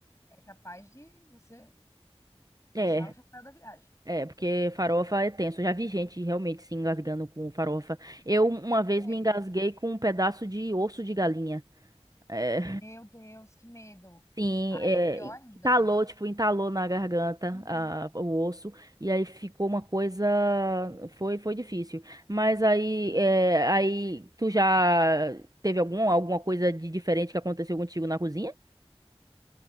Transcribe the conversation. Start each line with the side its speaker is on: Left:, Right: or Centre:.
Left: é capaz de você
Right: É.
Left: achar o chapéu da viagem.
Right: É, porque farofa é tenso. Eu já vi gente realmente se engasgando com farofa. Eu uma vez
Left: Sei.
Right: me engasguei com um pedaço de osso de galinha. É,
Left: Meu Deus, que medo.
Right: <laughs> sim,
Left: Ah,
Right: é,
Left: é pior ainda,
Right: entalou,
Left: velho.
Right: tipo, entalou na garganta
Left: Uhum.
Right: a- o osso. E aí ficou uma coisa. Foi, foi difícil. Mas aí, é, aí tu já teve algum, alguma coisa de diferente que aconteceu contigo na cozinha?